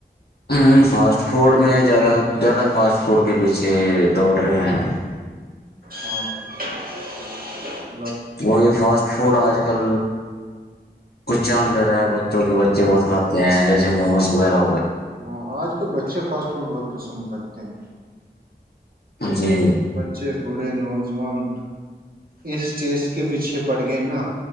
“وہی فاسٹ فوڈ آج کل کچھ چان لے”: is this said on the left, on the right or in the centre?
Left